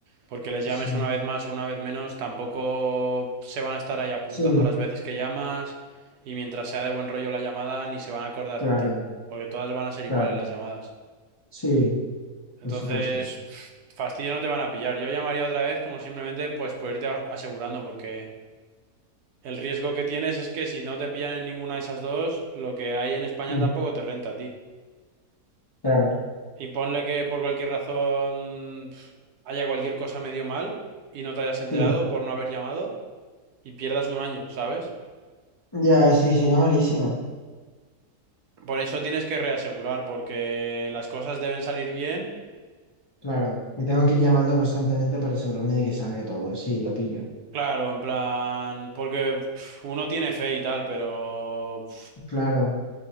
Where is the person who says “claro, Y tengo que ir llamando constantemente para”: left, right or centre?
Left